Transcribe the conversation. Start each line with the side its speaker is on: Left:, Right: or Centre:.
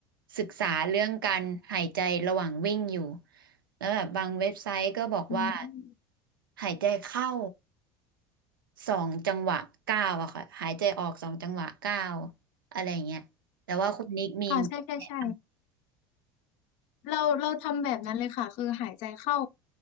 Right: ศึกษาเรื่องการหายใจระหว่างวิ่งอยู่แล้วแบบบางเว็บไซต์ก็บอกว่า
Left: อืม
Right: หายใจเข้าสองจังหวะเก้าวอะค่ะหายใจออกสองจังหวะเก้าวอะไรเงี้ยแต่ว่าคุณนิกมี
Left: ค่ะใช่ใช่ใช่
Right: แนะน
Left: เราเราทำแบบนั้นเลยค่ะคือหายใจเข้า